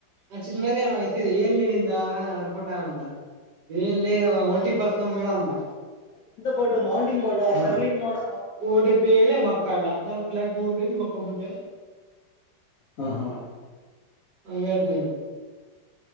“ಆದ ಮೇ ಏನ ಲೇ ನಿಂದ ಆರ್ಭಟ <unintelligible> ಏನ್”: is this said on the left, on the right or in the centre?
Right